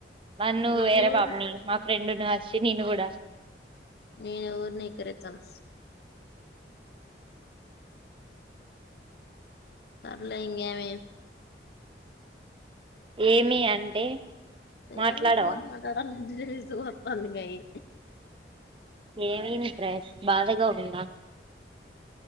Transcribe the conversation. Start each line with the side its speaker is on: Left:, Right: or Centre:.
Right: నన్ను
Left: నేను
Right: వేరే
Left: ఎవరు
Right: పాపని మా ఫ్రెండుని చి నెను కూడా
Left: నేనువరిని ఎక్కిరించను పర్లే ఇంగమే
Right: ఏమి అంటే మాట్లాడవా
Left: ఎందు పోన్ మాటాడాలి ర సహస్ పంద గయి
Right: ఏవి ఫ్రెష్ బాధకవుంద